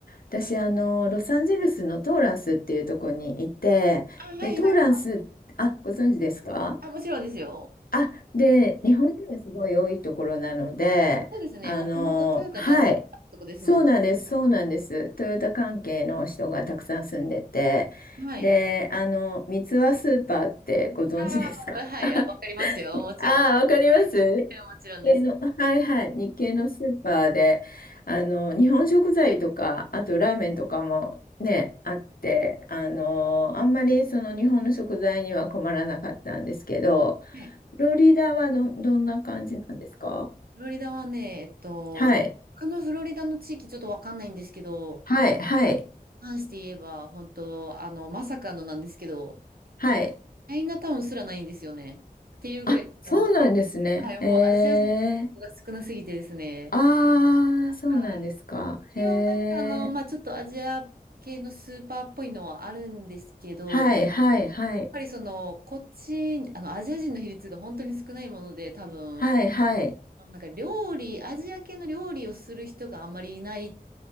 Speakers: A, on the left (about 65°); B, on the right (about 70°).
A: 私、あの、ロサンゼルスのトーランスっていうところにいて、
B: あ、はいはいはい。
A: で、トーランス、あ、ご存知ですか
B: あ、もちろんですよ。
A: あ、で、日本人がすごい多いところなので、
B: そうですね。
A: あの、
B: もともとトヨタがあったとこですもんね。
A: はい、そうなんです、そうなんです。トヨタ関係の人がたくさん住んでて、
B: はい。
A: で、あの、三ツ輪スーパーってご存知ですか
B: ああ、はい、
A: <laughs>
B: あわかりますよ。もちろん。
A: ああ、
B: は
A: わかります日
B: い。<laughs> もちろんです。
A: 系の、はいはい、日系のスーパーで、あの、日本食材とか、あとラーメンとかもね、あって、あの、あんまりその日本の食材には困らなかったんですけど、
B: はい。
A: フロリダはど、どんな感じなんですか
B: フロリダはね、えっと、
A: はい。
B: 他のフロリダの地域ちょっとわかんないんですけど、
A: はい。はい。
B: 関して言えば、本当あの、まさかのなんですけど、
A: はい。
B: チャイナタウンすらないんですよね。っていうぐらい、
A: あ、そうなんですね。
B: もう、はい、もうアジア人の人が少なすぎてですね。
A: ええ。ああ、そうなんですか。
B: はい。一応なんかあの、
A: へえ。
B: まあちょっとアジア系のスーパーっぽいのはあるんですけど、
A: はい。
B: やっ
A: はい。はい。
B: ぱりその、こっち、あの、アジア人の比率が本当に少ないもので、多分、
A: はい。はい。
B: あのなんか料理、アジア系の料理をする人があんまりいない